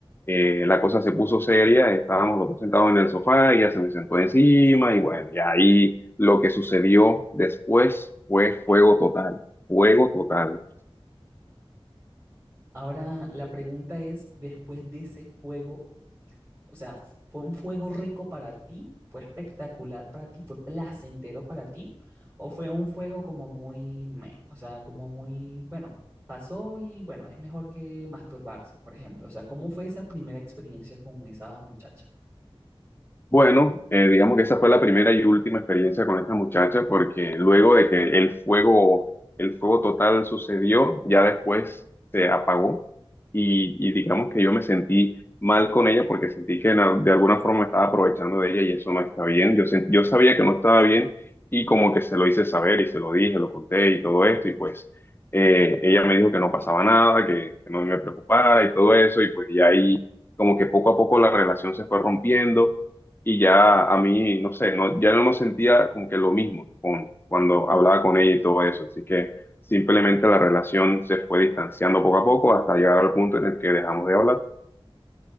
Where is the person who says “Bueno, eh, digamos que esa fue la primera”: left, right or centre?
Left